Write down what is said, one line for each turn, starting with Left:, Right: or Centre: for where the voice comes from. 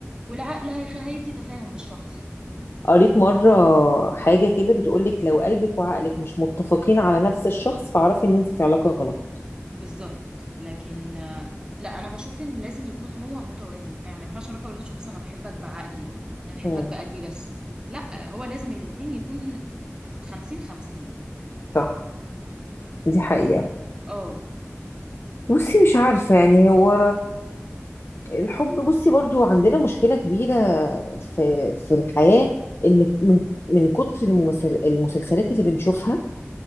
Right: والعقل هيخ- هيدي تفاهم للشخص
Left: قريت مرة حاجة كده بتقولك لو قلبك وعقلك مش متفقين على نفس الشخص فاعرفي ان انت في علاقة غلط
Right: بالظبط لكن آه، لا انا بشوف ان لازم يكون هو متوازن فعلا ما ينفعش اروح اقول لشخص انا بحبك بعقلي انا بحبك
Left: امم
Right: بقلبي بس لا هو لازم الاتنين يكون خمسين خمسين
Left: صح دي حقيقة
Right: اه
Left: بصي مش عارفة يعني هو الحب بصي برضو عندنا مشكلة كبيرة في في الحياة ان من من كتر الممثل المسلسلات اللي بنشوفها